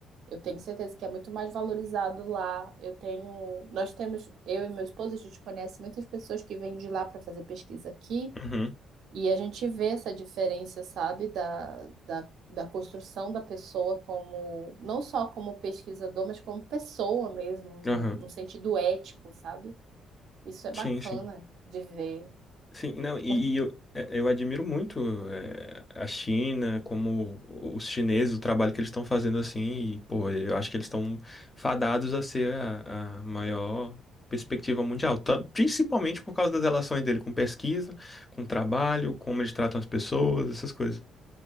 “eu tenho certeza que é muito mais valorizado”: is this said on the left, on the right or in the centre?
Right